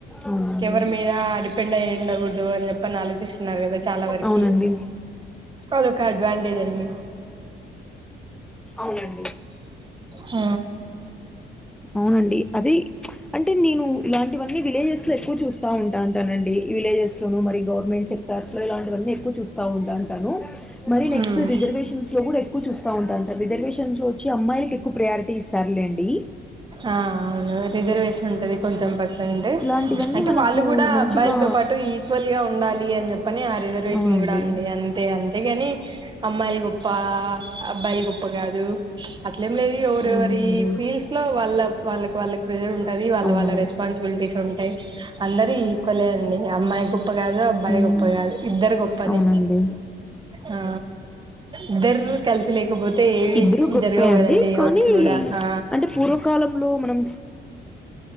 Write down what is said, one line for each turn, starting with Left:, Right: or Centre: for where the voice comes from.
Centre: అవునండి.
Right: ఎవరి మీద డిపెండ్ అయ్యుండకూడదు అని చెప్పని ఆలోచిస్తున్నారు కదా చాలా వరకి
Centre: అవునండి.
Right: అదొక అడ్వాంటేజ్ అండి
Centre: ఔనండి
Right: ఉ
Centre: ఔనండి అది అంటే నేను ఇలాంటివన్నీ విలేజెస్లో ఎక్కువ చూస్తా ఉంటా ఉంటానండి విలేజెస్ లోనూ మరి గవర్నమెంట్ టర్స్ లో ఇలాంటివన్నీ ఎక్కువ చూస్తా ఉంటా ఉంటాను మరి నెక్స్ట్
Right: ఉమ్
Centre: రిజర్వేషన్స్ ట్లో కూడా ఎక్కువ చూస్తా ఉంటాంటారు రిజర్వేషన్స్ లో ఒచ్చి అమ్మాయిలకి ఎక్కువ ప్రియారిటీ ఇస్తారులేండి
Right: ఆ ఔను రిజర్వేషన్ ఉంటది కొంచెం పర్సెంట్
Centre: ఇలాంటివన్నీ
Right: అంటే
Centre: మనకు
Right: వాళ్ళు కూడా
Centre: మంచిగా
Right: అబ్బాయిల్తో పాటు ఈ క్వల్ గా ఉండాలి అని చెప్పని ఆ రిజర్వేషన్
Centre: అవునండి.
Right: కూడా అండి అం తే అంతేగాని అమ్మాయిలు గొప్ప అబ్బాయిలు గొప్ప కాదు అట్లేం లేదు ఎవరొవరి
Centre: అవునండి.
Right: ఫీల్డ్స్ లో వాళ్ళ వాళ్ళకి వాళ్ళకి ప్రెజరుంటది వాళ్ళ
Centre: అవునవును.
Right: వాళ్ళ రెస్పాన్సిబిలిటీస్ ఉంటై అందరూ ఈక్వలే అండి అమ్మాయి గొప్ప కాదు అబ్బాయి
Centre: హ్మ్.
Right: గొప్ప కాదు ఇద్దరు గొప్పనే
Centre: అవునండి.
Right: ఆ ఇద్దర్ కల్సి లేకపోతే ఏవి
Centre: ఇద్దరు గొప్పే
Right: జరగవు
Centre: అండి
Right: కదండి ఏ
Centre: కానీ
Right: వక్స్ కూడా ఆ
Centre: అంటే పూర్వకాలంలో మనం